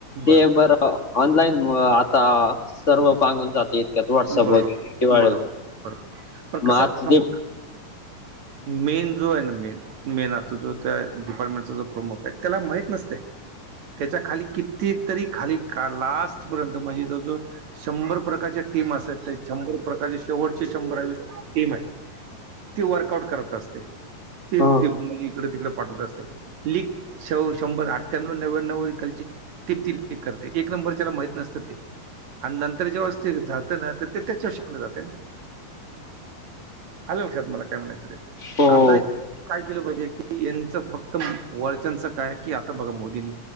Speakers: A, on the right; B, on the left.
A: बरोबर.
B: ते बरं ऑनलाईन आता सर्व पांगून जात इतक्यात व्हाट्सअप
A: बरोबर,
B: वगैरे किंवा
A: बरोबर, बरोबर. पण कसं
B: म आता
A: असतं सांगू
B: ते
A: का? मेन जो आहे ना मेन मेन आता जो त्या डिपार्टमेंटचा जो प्रमुख आहे त्याला माहित नसते. त्याच्या खाली किती तरी खाली लास्ट पर्यंत म्हणजे जवळ जवळ शंभर प्रकारचे टीम अस ते शंभर प्रकारची शेवटची शंभरावी टीम आहे. ते वर्कआउट करत असते ते
B: हो
A: म्हणजे इकडे तिकडे पाठवत असते लीक शंभर अठण्याव नव्याण्व खलची. टीम ती ले करते एक नंबर माहित नसत ते नंतर जेव्हा ते. ते त्याच्या शोकले जातयना आल लक्षात मला काय म्हणायचं ते.
B: हो.
A: आता काय केलं पाहिजे की यांचं फक्त वर्च्यांच काय की आता बघा मोदींनी.